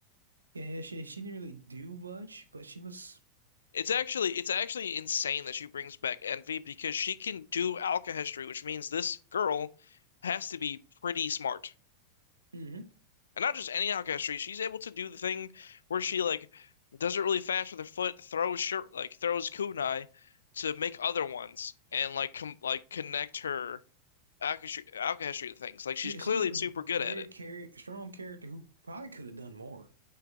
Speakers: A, on the right; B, on the left.
A: Yeah, she she didn't really do much, but she was.
B: It's actually it's actually insane that she brings back Envy because she can do alchemy, which means this girl has to be pretty smart.
A: hmm
B: And not just any outcastry, she's able to do the thing where she like does it really fast with her foot, throws shirt like throws kunai to make other ones and like com like connect her outcastry, outcastry to things. Like she's
A: Yeah,
B: clearly
A: she's a
B: super good
A: very
B: at it.
A: char strong character who probably could have done more.